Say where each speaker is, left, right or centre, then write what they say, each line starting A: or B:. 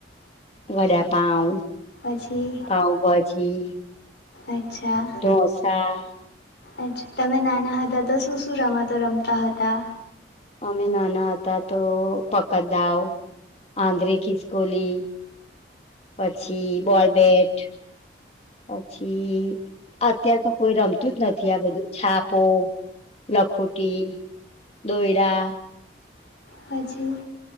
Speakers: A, on the left; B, on the left.
A: વડાપાંઉ,
B: પછી
A: પાંઉભાજી.
B: અચ્છા
A: ઢોંસા.
B: અચ્છા, તમે નાના હતા તો શું શું રમતો રમતા હતા?
A: અમે નાના હતા તો પકડદાવ આંધરી ખિસ્કોલી પછી, બૉલબૅટ પછી અત્યાર તો કોઈ રમતું જ નથી આ બધું. છાપો, લખોટી. દોઈડા
B: પછી?